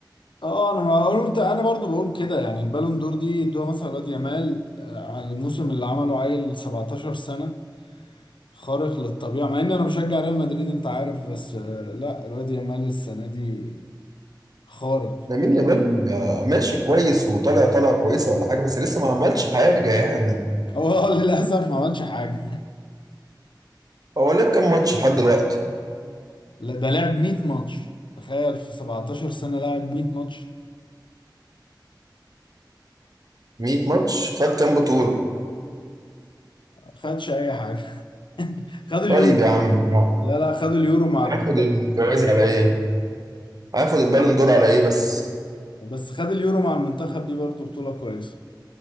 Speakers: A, on the left; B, on the right.
A: اه انا ما قلت انا برضو بقول كده يعني البالون دور دي ادوها مثلا لواد يامال آه، على الموسم اللي عمله عيل 17 سنة خارق للطبيعة مع ان انا بشجع ريال مدريد انت عارف بس آه، لا الواد يامال السنة دي خارق
B: لامين يامال آه، ماشي كويس وطالع طالعه كويسه ولا حاجه بس لسه ما عملش حاجه يعني
A: هو <laughs> للاسف ما عملش حاجة
B: هو لعب كام ماتش لحد دلوقتي
A: لا، ده لعب 100 ماتش تخيل في 17 سنة لعب 100 ماتش
B: 100 ماتش خد كام بطوله
A: خدش اي حاجة <laughs> خد اليورو
B: طيب يا عم
A: لا لا خد اليورو مع
B: هياخد
A: المنتخب
B: الجوائز على ايه هياخد البالون دور على ايه بس
A: بس خد اليورو مع المنتخب دي برضه بطولة كويسة